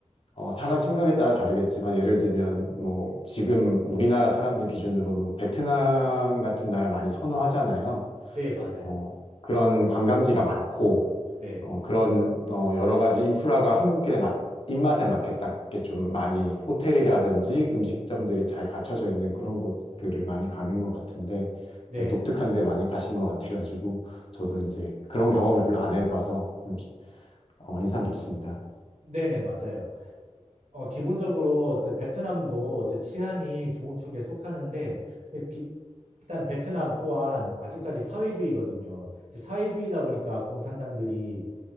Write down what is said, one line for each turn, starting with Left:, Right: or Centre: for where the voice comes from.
Left: 어, 사람 생각에 따라 다르겠지만 예를 들면 뭐 지금 우리나라 사람들 기준으로는 베트남 같은 나라 많이 선호하잖아요.
Right: 네, 맞아요.
Left: 어, 그런 관광지가 많고
Right: 네,
Left: 어, 그런 어, 여러 가지 인프라가 한국인의 맛- 입맛에 맞게 딱 이렇게 좀 많이 호텔이라든지 음식점들이 잘 갖춰져 있는 그런 곳들을 많이 가는 것 같은데
Right: 네,
Left: 예, 독특한 데 많이 가신 것 같아가지고 저도 이제 그런 경험을 별로 안 해봐서 좀, 어, 인상 깊습니다.
Right: 네네, 맞아요. 어, 기본적으로 이제 베트남도 이제 치안이 좋은 축에 속하는데, 비- 일단 베트남 또한 아직까지 사회주의거든요. 이제 사회주의다 보니까 공산당들이